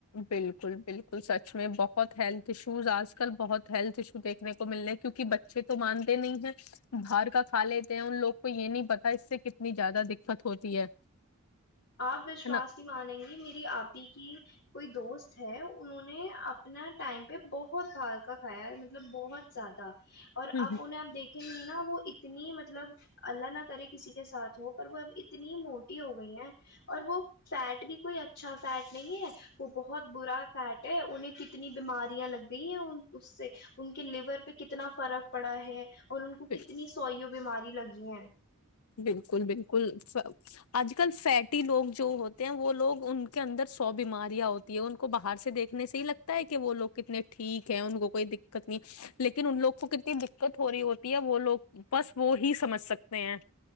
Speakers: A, on the left; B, on the left.
A: بالکل بالکل سچ میں بہت بہت ہیلتھ ایشوز آج آج کل بہت ہیلتھ ایشو دیکھنے کو مل رہ ہے کیونکہ بچے تو مانتے نہیں ہیں باہر کا کھا لیتے ہیں ان لوگ کو یہ نہیں پتا اس سے کتنی زیادہ دقت ہوتی ہے
B: آپ وشواس
A: ہے نا
B: نہیں مانیں گی میری آپ کی کوئی دوست ہے انہوں نے اپنا ٹائم پہ بہت باہر کھایا ہے مطلب بہت زیادہ اور
A: ہ
B: اب انہیں آپ دیکھیں گی نہ وہ اتنی مطلب اللہ نہ کرے کسی کے ساتھ ہو پر وہ اب اتنی موٹی ہو گئی ہیں اور وہ فیٹ بھی کوئی اچھا فیٹ نہیں ہے وہ بہت برا فیٹ ہے انہیں کتنی بیماریاں لگ گئی ہیں اس سے ان کے لیور پہ کتنا فرق پڑا ہے اور ان کو
A: ہ
B: کتنی سوائیو بیماری لگی ہیں
A: بالکل بالکل آج کل فیٹی لوگ جو ہوتے ہیں وہ لوگ ان کے اندر سو بیماریاں ہوتی ہے ان کو باہر سے دیکھنے سے ہی لگتا ہے کہ وہ لوگ کتنے ٹھیک ہیں ان کو کوئی دقت نہیں لیکن ان لوگ کو کتنی دقت ہو رہی ہوتی ہے وہ لوگ بس وہ ہی سمجھ سکتے ہیں